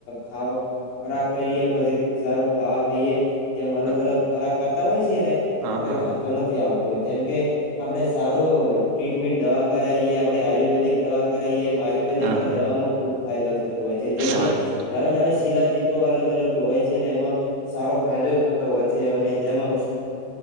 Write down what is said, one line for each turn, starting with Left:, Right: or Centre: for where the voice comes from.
Left: ખ ખોરાક કરીએ પછી સારું ખાવા ખાઈએ જેમ અલગ
Right: હા
Left: અલગ ખોરાક કરતા હોય છે ને
Right: હા
Left: તો કઈ
Right: હા
Left: વાંધો નથી આવતો તો જેમકે આપડણે સારું ટ્રીટમેટ દવા કરાવીએ આપડે આયુર્વેદિક દવા એમાં આયુર્વેદિકમાં
Right: હા
Left: દવામાં ખુબ ફાયદો થતો હોય છે જેમ
Right: સારું
Left: કે નવી નવી શિલા જીત અલગ અલગ હોય છે ને એમાં સારો ફાયદો થતો હોય છે અને જેમાં